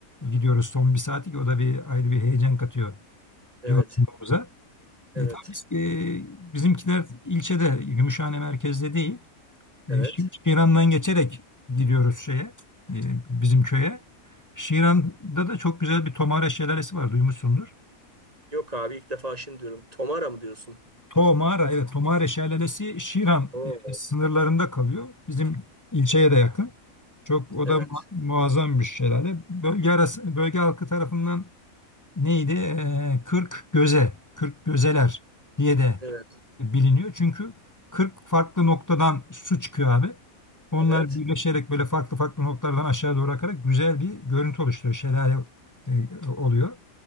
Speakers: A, on the left; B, on the right.
A: gidiyoruz son bir saati ki o da bir ayrı bir heyecan katıyor
B: Evet.
A: yolculuğumuza.
B: Evet.
A: E, tabii biz, e, bizimkiler ilçede, Gümüşhane merkezde değil. E,
B: Evet.
A: Şi- Şiran'dan geçerek gidiyoruz şeye, e, bizim köye. Şiran'da da çok güzel bir Tomare Şelalesi var, duymuşsundur.
B: Yok abi ilk defa şimdi diyorum. Tomara mı diyorsun?
A: Tomara, evet Tomare Şelalesi Şiran
B: Oo.
A: e, sınırlarında kalıyor. Bizim ilçeye de yakın. Çok o
B: Evet.
A: da mu- muazzam bir şelale. Bölge arası, bölge halkı tarafından neydi? Ee, 40 göze, 40 gözeler diye de
B: Evet.
A: biliniyor. Çünkü 40 farklı noktadan su çıkıyor abi. Onlar
B: Evet.
A: birleşerek böyle farklı farklı noktalardan aşağı doğru akarak güzel bir görüntü oluşturuyor. Şelale e, oluyor.